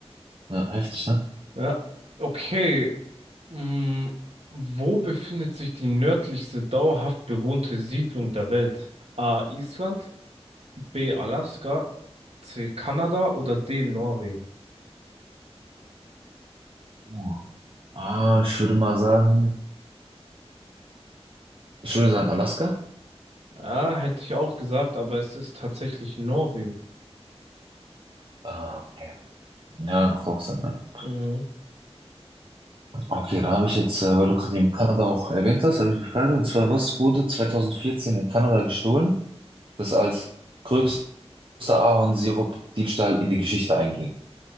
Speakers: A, on the right; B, on the right.
A: Ja, heftig, ne?
B: Ja. Okay. Mm, wo befindet sich die nördlichste dauerhaft bewohnte Siedlung der Welt? A. Island, B. Alaska, C. Kanada oder D. Norwegen?
A: Ja. Ah, ich würde mal sagen, ich würde sagen Alaska.
B: Ja, hätte ich auch gesagt, aber es ist tatsächlich Norwegen.
A: Ah, okay. Ja, macht auch Sinn, ne?
B: Mhm.
A: Okay, da habe ich jetzt, äh, weil du gerade eben Kanada auch erwähnt hast, habe ich eine Frage. Und zwar, was wurde 2014 in Kanada gestohlen, das als größter Ahornsirup-Diebstahl in die Geschichte einging?